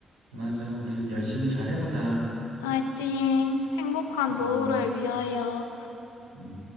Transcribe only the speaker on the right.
맞아. 우리 열심히 잘 해보자.
음,
음.